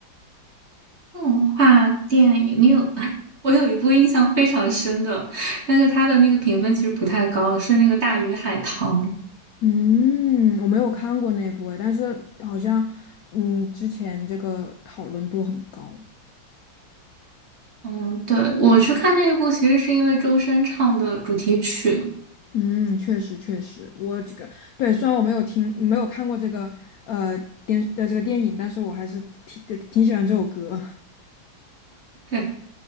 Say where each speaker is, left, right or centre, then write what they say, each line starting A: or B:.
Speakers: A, on the right (about 35°); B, on the left (about 80°).
A: 动画电影，你有 <laughs> 我有一部印象非常深的，但是它的那个评分其实不太高，是那个《大鱼海棠》。
B: 嗯，我没有看过那部诶，但是好像，嗯，之前这个讨论度很高。
A: 嗯，对，我去看那一部，其实是因为周深唱的主题曲。
B: 嗯，确实确实，我这个对，虽然我没有听没有看过这个呃电的这个电影，但是我还是挺挺挺喜欢这首歌
A: 对，